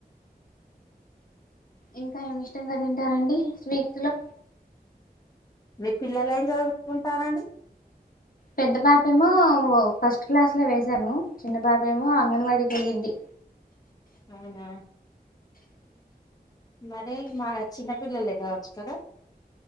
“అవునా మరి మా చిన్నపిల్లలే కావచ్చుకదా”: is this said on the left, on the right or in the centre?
Left